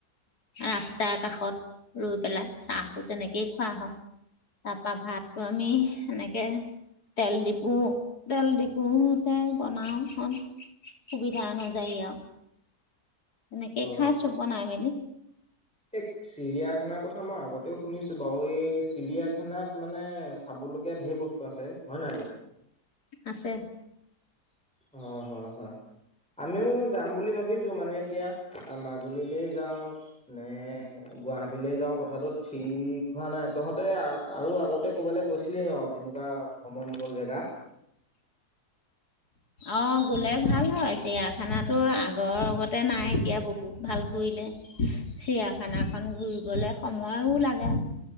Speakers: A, on the left; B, in the centre.
A: ৰাস্তাৰ কাষত ৰৈ পেলাই, চাহটো তেনেকেই খোৱা হয়। তাপা, ভাতটো আমি সেনেকে তেল ডিপু, তেল ডিপু তে বনাওঁখন যা অনুযায়ী আৰু এনেকেই
B: অ
A: খাইছো বনাই মেলি।
B: এই, চিৰিয়াখানাৰ কথা মই আগতেও শুনিছো বাৰু, এই চিৰিয়াখানাত মানে চ চাবলগীয়া ঢেৰ বস্তু আছে, হয় নাই বাৰু?
A: আছে।
B: অ', হয়, হয়, আমিও যাম বুলি ভাবিছ চো মানে এতিয়া, মাজুলীলে যাওঁ নে গুৱাহাটীলে যাওঁ, কথাটো ঠিক হোৱা নাই, তহঁতে আৰু আৰু আগতে ক'বালে গৈছিল কিলে আও তেনেকুৱা ভ্ৰমণমূলক জেগা।
A: অ', গলে ভাল হয়, চিৰিয়াখানাতো আগৰ গতে নাই, এতিয়া ব <unintelligible> ভাল কৰিলে চিৰিয়াখানাখন ঘূৰিবলে সময়ও লাগে।